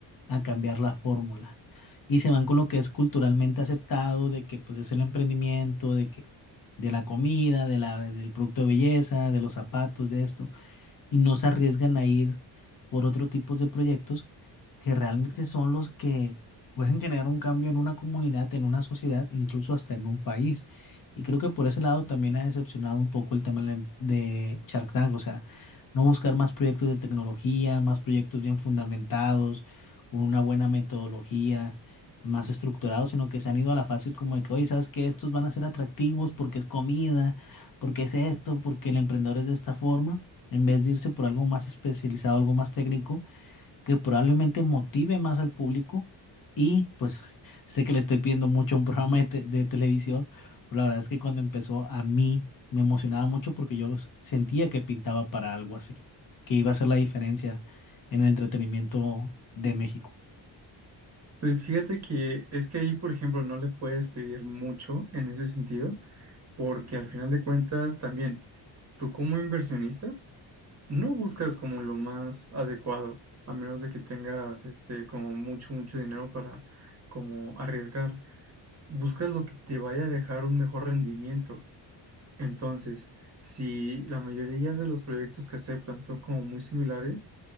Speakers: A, on the left; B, on the right.
A: a cambiar la fórmula y se van con lo que es culturalmente aceptado, de que pues es el emprendimiento, de que de la comida, de la, del producto de belleza, de los zapatos, de esto y no se arriesgan a ir por otro tipo de proyectos que realmente son los que pueden generar un cambio en una comunidad, en una sociedad, incluso hasta en un país. Y creo que por ese lado también ha decepcionado un poco el tema de de Shark Tank, o sea, no buscar más proyectos de tecnología, más proyectos bien fundamentados, con una buena metodología más estructurados, sino que se han ido a la fácil como de que, oye, ¿sabes qué? Estos van a ser atractivos porque es comida, porque es esto, porque el emprendedor es de esta forma en vez de irse por algo más especializado, algo más técnico, que probablemente motive más al público. Y pues <laughs> sé que le estoy pidiendo mucho a un programa de, te- de televisión, pero la verdad es que cuando empezó a mí me emocionaba mucho porque yo s- sentía que pintaba para algo así, que iba a ser la diferencia en el entretenimiento de México.
B: Pues fíjate que es que ahí, por ejemplo, no le puedes pedir mucho en ese sentido, porque al final de cuentas también tú como inversionista no buscas como lo más adecuado, a menos de que tengas este como mucho, mucho dinero para como arriesgar. Buscas lo que te vaya a dejar un mejor rendimiento. Entonces, si la mayoría de los proyectos que aceptan son como muy similares,